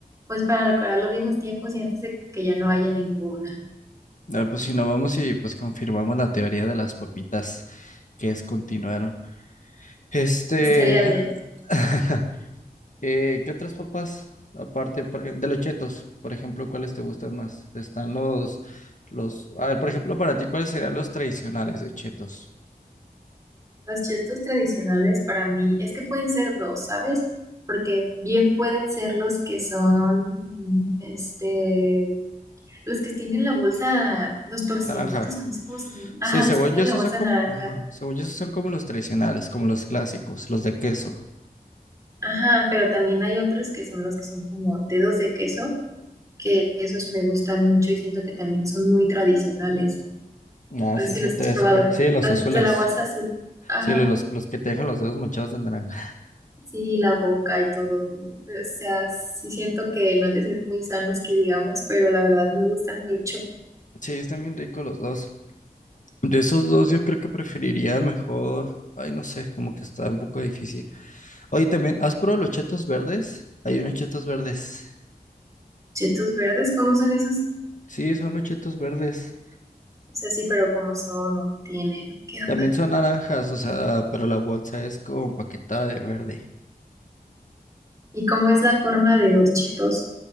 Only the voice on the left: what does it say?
Ah, pues si no vamos y pues confirmamos la teoría de las papitas que descontinuaron. Este,
<laughs> Eh, ¿qué otras papas, aparte por- de los chetos, por ejemplo, cuáles te gustan más? Están los, los, a ver, por ejemplo, para ti, ¿cuáles serían los tradicionales de chetos?
Naranja.
Sí, según
yo, esos
son como,
ajá, según yo, esos son como los tradicionales, como los clásicos, los de queso.
Ah,
sí,
es cierto,
ya
sé cuál. Sí, los
azules.
Sí, los, los los que te dejan los dedos manchados de naranja.
Sí, están bien ricos los dos. De esos dos, yo creo que preferiría mejor. Ay, no sé, como que está un poco difícil. Oye, también, ¿has probado los chetos verdes? Hay unos chetos verdes.
Sí, son los chetos verdes.
También son naranjas, o sea, pero la bolsa es como empaquetada de verde.